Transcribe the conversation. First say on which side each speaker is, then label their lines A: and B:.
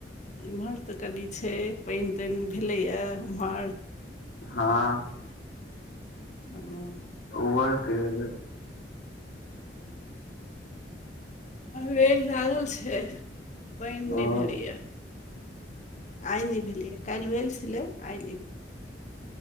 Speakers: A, on the left; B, on the left.
A: इम्हर तऽ कनि छै पानि तानि भेलैया उम्हर
B: हँ
A: ओ
B: ओमहर केहन यै
A: रेर लागल छै पानि नय
B: ओ
A: भेलैया आइ नहि भेलियै काल्हि भेल छलै आइ नहि भेल